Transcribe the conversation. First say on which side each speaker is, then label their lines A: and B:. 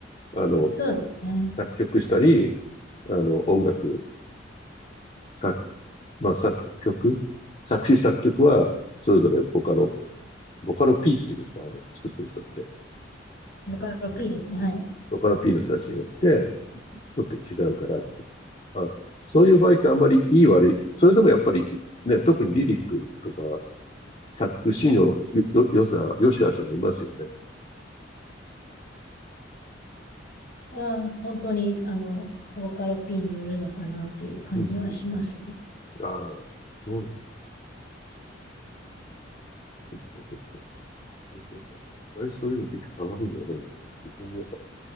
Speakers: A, on the left (about 35°); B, on the left (about 55°).
A: あの、
B: そうですね。
A: 作曲したり、あの、音楽、作、まあ作曲、作詞作曲は、それぞれボカロ、ボカロ P っていうんですか、あの、作ってる人って。
B: ボカロ P ですね。はい。
A: ボカロ P の人たちによって、とって違うからっていう。まあ、そういう場合ってあんまりいい悪い。それでもやっぱり、ね、特にリリックとか、作詞のよ、よ、よさ、よしあしがいますよね。
B: は、は本当に、あの、ボカロ P によるのかなっていう感じはしますね。
A: うんうん。ああ、そうなんだそっかそっか。面白いな。あれ、そういうの聞いて鏡がね、みたいな。聞いてみようか